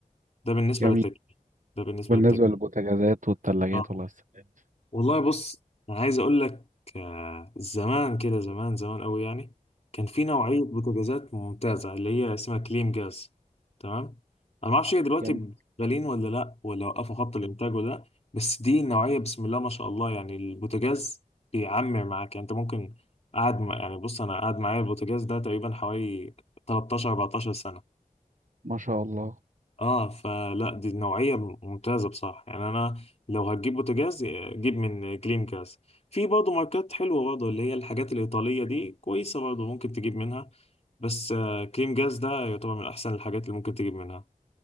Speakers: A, on the left; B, on the right.
A: ده بالنسبة
B: جميل
A: للتكييف ده بالنسبة
B: بالنسبة
A: للتكييف
B: للبوتاجازات والثلاجات
A: آه.
B: والغسالات
A: والله بص انا عايز اقول لك آه، زمان كده زمان زمان قوي يعني كان في نوعيه بوتاجازات ممتازه اللي هي اسمها كليم جاز تمام انا ما اعرفش هي دلوقتي
B: جميل
A: غاليين ولا لا ولا وقفوا خط الانتاج ولا لا بس دي النوعيه بسم الله ما شاء الله يعني البوتاجاز بيعمر معاك يعني انت ممكن قاعد مع- يعني بص انا قاعد معايا البوتاجاز ده تقريبا حوالي 13 14 سنه
B: ما شاء الله
A: اه فلا دي نوعية ممتازة بصراحة يعني انا لو هتجيب بوتاجاز آه، جيب من كليم كاس في برضه ماركات حلوة برضه اللي هي الحاجات الإيطالية دي كويسة برضه ممكن تجيب منها بس آه كليم جاز ده يعتبر من احسن الحاجات اللي ممكن تجيب منها